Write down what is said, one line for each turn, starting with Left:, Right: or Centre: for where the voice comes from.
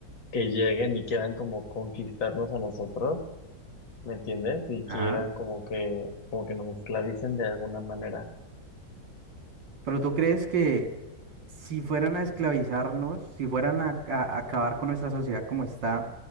Left: que lleguen y quieran como conquistarnos a nosotros, ¿me entiendes? Y quieran
Right: Ajá.
Left: como que, como que nos esclavicen de alguna manera.
Right: Pero tú crees que si fueran a esclavizarnos, si fueran a, a- a acabar con nuestra sociedad como está,